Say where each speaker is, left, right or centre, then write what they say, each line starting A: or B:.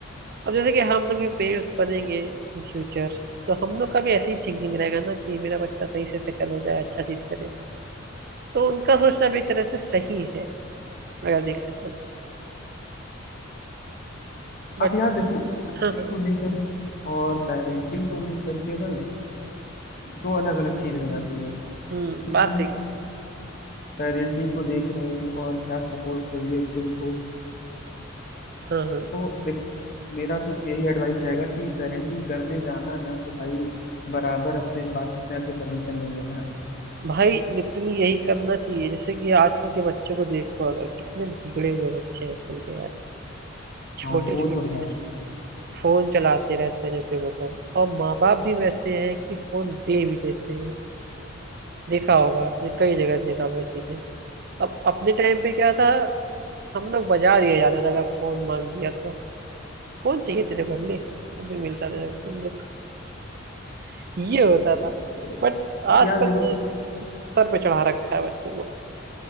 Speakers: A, on the right (about 50°); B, on the left (about 45°).
A: अब जैसे कि हम लोग भी पेरेंट्स बनेंगे इन फ्यूचर तो हम लोग का भी ऐसी ही थिंकिंग रहेगा ना कि मेरा बच्चा सही से सेटल हो जाए अच्छा चीज करे तो उनका सोचना भी एक तरह से सही है अगर देखा जाए बट
B: अब यार देखो शादी
A: हाँ हाँ।
B: को लेकर और पेरेंटिंग को लेकर के ना दो अलग अलग चीज हो जाती है
A: हम्म
B: कि
A: बात
B: तुम
A: सही
B: पेरेंटिंग को देख रहे हो और क्या सपोर्ट चाहिए तुमको
A: हाँ हाँ
B: तो मेरा तो यही एडवाइस रहेगा कि पेरेंटिंग करने जाना ना तो भाई बराबर अपने पार्टनर से परमिशन ले लेना
A: भाई लिटरली यही करना चाहिए जैसे कि आजकल के बच्चों को देखो अगर कितने बिगड़े हुए बच्चे हैं आजकल के यार छोटे
B: हाँ वो
A: छोटे
B: तो है यार
A: फोन चलाते रहते हैं जैसे वतन और माँ बाप भी वैसे हैं कि फोन दे भी देते हैं देखा होगा आपने कई जगह देखा होगा ये चीजें अब अपने टाइम पे क्या था हम लोग बाजार दिया जाते थे अगर फोन मांग दिया तो फोन चाहिए तेरे को ले अभी मिलता तेरे को फोन रुक। <laughs> ये होता था
B: तो
A: बट आजकल
B: यार देखो
A: तो सर पे चढ़ा रखा है बच्चों को